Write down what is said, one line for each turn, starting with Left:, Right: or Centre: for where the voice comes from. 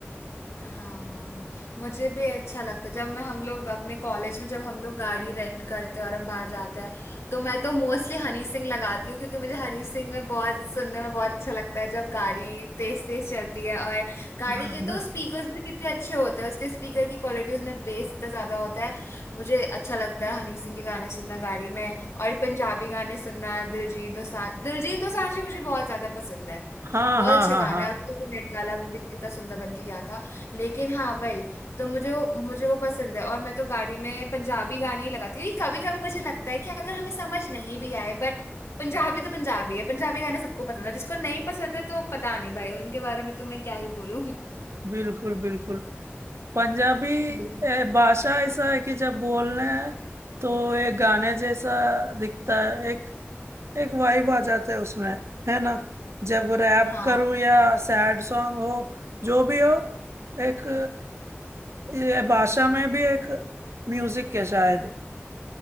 Left: हाँ मुझे भी अच्छा लगता है जब मैं हम लोग अपने कॉलेज में जब हम लोग गाड़ी रेंट करते हैं और हम बाहर जाते हैं तो मैं तो मोस्टली हनी सिंह लगाती हूँ क्योंकि मुझे हनी सिंह में बहुत सुनने में बहुत अच्छा लगता है जब गाड़ी तेज तेज चलती है और गाड़ी
Right: <laughs>
Left: के तो स्पीकर्स भी कितने अच्छे होते हैं उसके स्पीकर की क्वालिटी उसमें बेस इतना ज्यादा होता है मुझे अच्छा लगता है हनी सिंह के गाने सुनना गाड़ी में और पंजाबी गाने सुनना दिलजीत दोसांझ दिलजीत दोसांझ भी मुझे बहुत ज्यादा पसंद है
Right: हाँ
Left: बहुत
Right: हाँ
Left: अच्छे
Right: हाँ
Left: गाने
Right: हाँ
Left: हैं और वो तो नेट गाला में भी कितना सुंदर बन के गया था लेकिन हाँ वही तो मुझे वो- मुझे वो पसंद है और मैं तो गाड़ी में पंजाबी गाने ही लगाती हूँ कभी कभी मुझे लगता है कि अगर हमें समझ नहीं भी आए बट पंजाबी तो पंजाबी है पंजाबी गाने सबको पसंद है जिसको नहीं पसंद है तो पता नहीं भाई उनके बारे में तो मैं क्या ही बोलूँ
Right: बिल्कुल बिल्कुल पंजाबी
Left: हम्म।
Right: ए, भाषा ऐसा है कि जब बोलने हैं तो एक गाने जैसा दिखता है एक एक वाइब आ जाता है उसमें है ना जब रैप
Left: हाँ
Right: करूं या सैड सॉन्ग हो जो भी हो एक ये भाषा में भी एक म्यूजिक है शायद